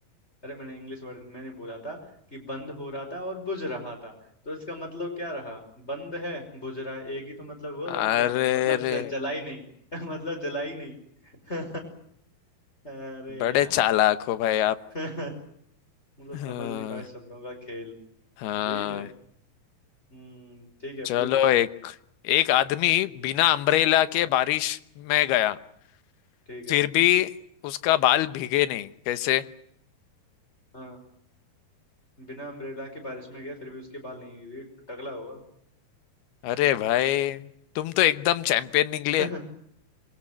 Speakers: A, on the left (about 15°); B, on the left (about 85°).
A: अरे मैंने इंग्लिश वर्ड मैंने बोला था कि बंद हो रहा था और बुझ रहा था तो इसका मतलब क्या रहा बंद है बुझ रहा है एक ही तो मतलब हुआ दोनों
B: अरे
A: का मतलब
B: रे
A: ज- जला ही नहीं <laughs> मतलब जला ही नहीं <laughs> अरे
B: बड़े
A: यार
B: चालाक हो भाई आप
A: <laughs> मतलब
B: हाँ
A: समझ नहीं पाए शब्दों का खेल
B: हाँ
A: ठीक है हम्म ठीक है
B: चलो
A: पूछो
B: एक एक आदमी बिना अम्ब्रेला के
A: हाँ,
B: बारिश में गया
A: ठीक है
B: फिर भी उसका बाल भीगे नहीं कैसे
A: हाँ बिना अम्ब्रेला के बारिश में गया फिर भी उसके बाल नहीं गिरे टकला हुआ
B: अरे भाई तुम तो एकदम चैंपियन निकले
A: <laughs>